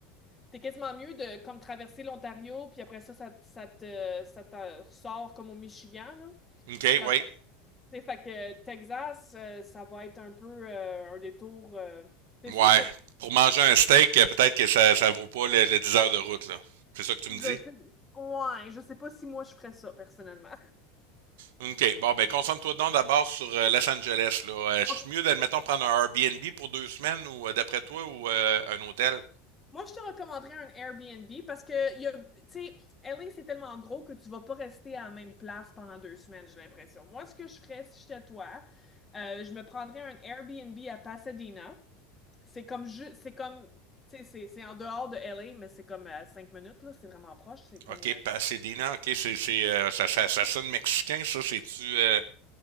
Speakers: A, on the left; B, on the right.
A: T'es quasiment mieux de comme traverser l'Ontario, puis après ça, ça, ça te, ça te ressort comme au Michigan, là.
B: OK,
A: Puis
B: ouais.
A: après, tu sais, fait que euh, Texas, euh, ça va être un peu euh, un détour. euh, C'est
B: Ouais.
A: sûr que.
B: Pour manger un steak, euh, peut-être que ça, ça vaut pas le, le 10 heures de route, là. C'est ça que tu
A: je-
B: me dis?
A: Ouais, je sais pas si moi je ferais ça personnellement.
B: OK. Bon, ben concentre-toi donc d'abord sur euh, Los Angeles. Là. Euh, c'est
A: Ok.
B: mieux, d'admettons, prendre un Airbnb pour deux semaines ou euh, d'après toi ou euh, un hôtel?
A: Moi, je te recommanderais un Airbnb parce que, il y a, tu sais, LA, c'est tellement gros que tu vas pas rester à la même place pendant deux semaines, j'ai l'impression. Moi, ce que je ferais si j'étais toi, euh, je me prendrais un Airbnb à Pasadena. C'est comme, ju- c'est comme, tu sais, c'est c'est en dehors de LA, mais c'est comme à cinq minutes, là. C'est vraiment proche. C'est comme.
B: OK,
A: euh,
B: Pasadena, OK, c'est, c'est, euh, ça, ça, ça sonne mexicain, ça, c'est-tu... euh,